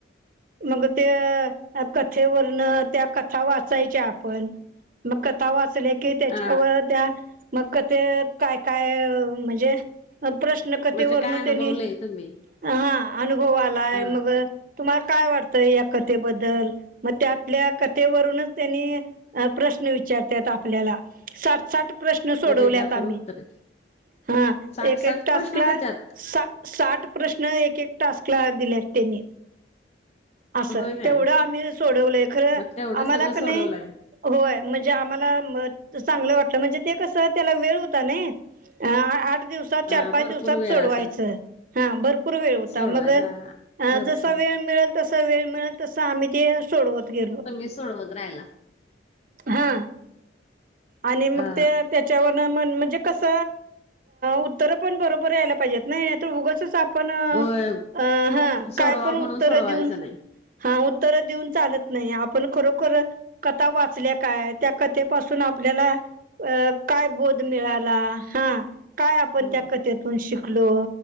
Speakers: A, on the right; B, on the left.
A: मग त्य कथेवरन त्या कथा वाचायच्या आपण मग कथा वाचल्या कि त्याच्यावर
B: अ
A: त्या मग कथेत काय काय म्हणजे अ प्रश्न कथेवरन
B: म्हणजे काय अनुभवलंय
A: त्यानी
B: तुम्ही
A: हा अनुभव आलाय
B: अ
A: मग तुम्हाला काय वाटतंय या कथेबद्दल? मग त्या आपल्या कथेवरूनच त्यांनी अ प्रश्न विचारत्यात आपल्याला साठ साठ प्रश्न सोडवल्यात
B: मग त्याचे आपण
A: आम्ही.
B: उत्तर
A: हा
B: साठ
A: एक
B: साठ
A: एक टास्कला
B: प्रश्न देतात
A: सा साठ प्रश्न एक एक टास्कला दिल्यात तेनी. असं
B: होय काय
A: तेवढं आम्ही सोडवलंय खरं
B: मग तेवढं
A: आम्हाला
B: सगळं
A: का
B: सोडवलंय
A: नाई होय म्हणजे आम्हाला म चांगलं वाटलं म्हणजे ते कसं त्याला वेळ होता नई. आठ दिवसात चार
B: अ
A: पाच
B: भरपूर
A: दिवसात
B: वेळ
A: सोडवायचं.
B: असेल
A: हा भरपूर वेळ होता
B: सोडवायला
A: मग अ
B: भरपूर
A: जसा वेळ मिळेल तस वेळ मिळलं तसं आम्ही ते सोडवत गेलो
B: तुम्ही सोडवत रायला.
A: हा. आणि मग
B: अ
A: ते त्याच्यावरन म्हणजे कस उत्तर पण बरोबर यायला पाहिजेत नाही नाही तर उगचच आपण अ
B: होय
A: हा
B: सोडवा
A: काय पण उत्तर
B: म्हणून सोडवायचं
A: देऊन
B: नाही
A: हा उत्तर देऊन चालत नाही आपण खरोखरच कथा वाचल्या काय त्या कथेपासून आप आपल्याला अ काय बोध मिळाला हा काय आपण
B: हो
A: त्या कथेतून शिकलो